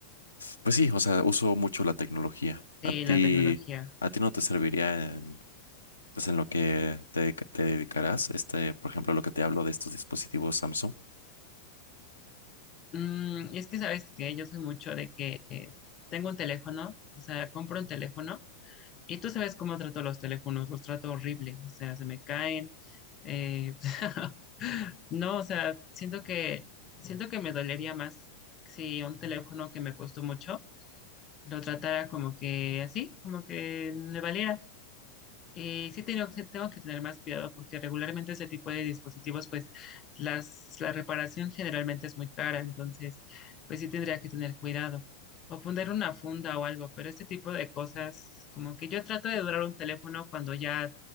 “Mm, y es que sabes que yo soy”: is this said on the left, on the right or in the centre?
Left